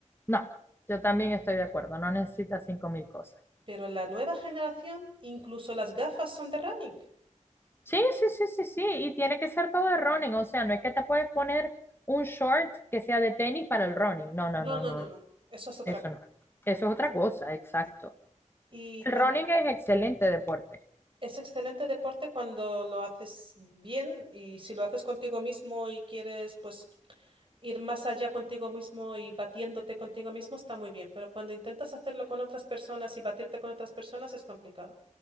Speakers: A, on the left; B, on the right.
A: no, yo también estoy de acuerdo. No necesitas cinco mil cosas.
B: Pero la nueva generación, incluso las gafas son de running.
A: Sí, sí, sí, sí, sí, y tiene que ser todo de running, o sea, no es que te puedes poner un short que sea de tenis para el running, no, no,
B: No,
A: no,
B: no,
A: no,
B: no, no. Eso es otra
A: eso
B: cosa.
A: no, eso es otra cosa, exacto.
B: sí. Y
A: El
B: también
A: running es excelente deporte.
B: es excelente deporte cuando lo haces bien y si lo haces contigo mismo y quieres pues ir más allá contigo mismo y batiéndote contigo mismo está muy bien, pero cuando intentas hacerlo con otras personas y batirte con otras personas es complicado.